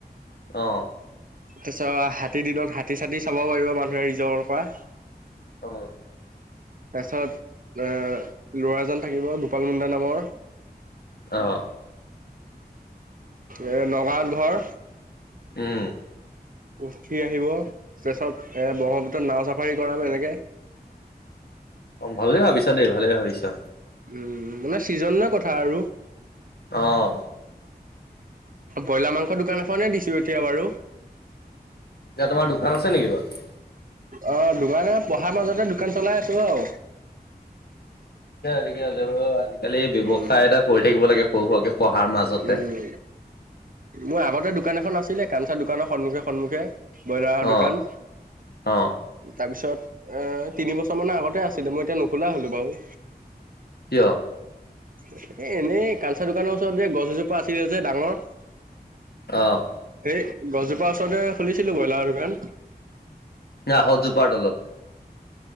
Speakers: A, on the left; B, on the right.
A: অহ',
B: তাছ হাতীৰ দিনত হাতী-চাতী চাব পাৰিব মানুহে ৰিজৰ্টৰ পৰা
A: অহ',
B: তাৰপিছত এ'ল'ৰাজন থাকিব গোপাল মুণ্ডা নামৰ
A: অহ ',
B: এ' নগাঁৱত ঘৰ।
A: উম
B: উঠি আহিব প্ৰেছত এ'ব্ৰহ্মপুত্ৰত নাও ছাফাৰী কৰাম হেনেকে
A: অহ, ভালে ভাবিছা দে ভালে ভাবিছা।
B: উম, মানে ছিজন লৈ কথা আৰু
A: অ',
B: ব্ৰইলাৰ মাংসৰ দোকান এখনে দিছোঁ এতিয়া বাৰু
A: এতিয়া তোমাৰ দোকান আছে নেকি বাৰু?
B: অহ, দোকানে পঢ়াৰ মাজতে দোকান চলাই আছোঁ আৰু
A: ঠিকে আছে <unintelligible> আজিকালি
B: উম
A: ব্যৱসায় এটা কৰি থাকিব লাগে সৰু সোৱকে পঢ়াৰ মাজতে
B: উম মোৰ আগতে দোকান এখন আছিলে কাঞ্চা দোকানৰ সন্মুখে- সন্মুখে ব্ৰইলাৰৰ
A: অ
B: দোকান,
A: অ
B: তাৰপিছত এ'তিনি - বছৰ মানে আগতে আছিলে মই এতিয়া নুখোলা হলো বাও।
A: কিয়?
B: এ' এনেই কাঞ্চা দোকানৰ ওচৰত যে গছ এজোপা আছিলে যে ডাঙৰ
A: অ',
B: সেই গছজোপাৰ ওচৰতে খুলিছিলো ব্ৰইলাৰৰ দোকান।
A: যে আহত জোপাৰ তলত